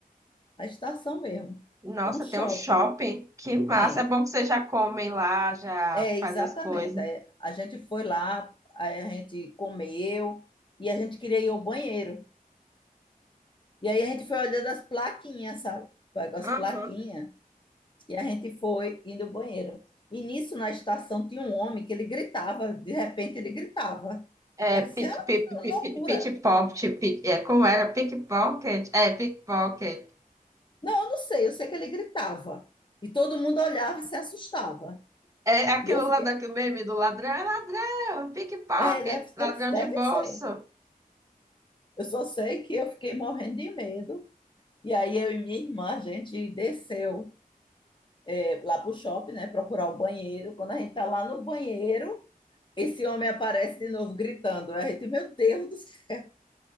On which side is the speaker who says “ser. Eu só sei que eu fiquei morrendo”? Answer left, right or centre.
Left